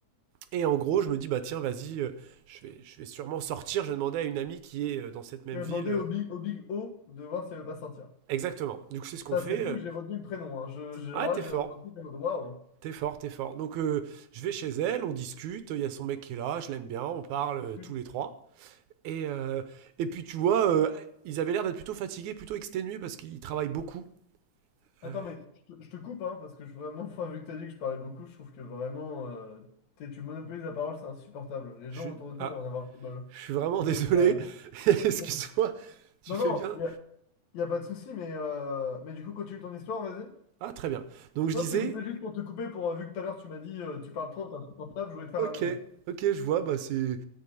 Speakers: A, on the right; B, on the left.
A: Et en gros, je me dis bah tiens, vas-y, euh, je vais, je vais sûrement sortir. Je demandais à une amie qui est euh, dans cette même
B: Tu vas
A: ville.
B: demander
A: euh,
B: au Big, au Big O de voir s'il ne veut pas sortir.
A: Exactement. Du coup, c'est ce qu'on
B: Ça,
A: fait.
B: c'est fou
A: euh,
B: que j'ai retenu le prénom. Hein. Je, je,
A: Ouais,
B: genre
A: t'es
B: là, j'ai
A: fort.
B: un truc, j'ai un- waouh.
A: T'es fort, t'es fort. Donc euh, je vais chez elle, on discute, il y a son mec qui est là, je l'aime bien, on parle euh,
B: Put-
A: tous les trois. Et, euh, et puis tu vois, euh, ils avaient l'air d'être plutôt fatigués, plutôt exténués parce qu'ils travaillent beaucoup.
B: Attends,
A: Euh,
B: mais je te, je te coupe, hein, parce que je, vraiment, <laughs> enfin, vu que tu as dit que je parlais beaucoup, je trouve que vraiment, euh, t'es- tu monopolises la parole, c'est insupportable. Les
A: je
B: gens
A: suis...
B: autour de toi
A: Ah,
B: doivent en avoir du mal.
A: je suis vraiment
B: Mais,
A: désolé.
B: euh,
A: <laughs> Excuse-moi,
B: bon.
A: tu
B: Non,
A: fais
B: non,
A: bien.
B: il n'y a, y a pas de souci, mais, euh, mais du coup, continue ton histoire, vas-y.
A: Ah, très bien. Donc je
B: Non,
A: disais,
B: je t'ai coupé juste pour te couper, pour, euh, vu que tout à l'heure, tu m'as dit, euh, tu parles trop, t'es insupportable, je voulais te faire
A: ok,
B: la même.
A: ok, je vois, bah c'est...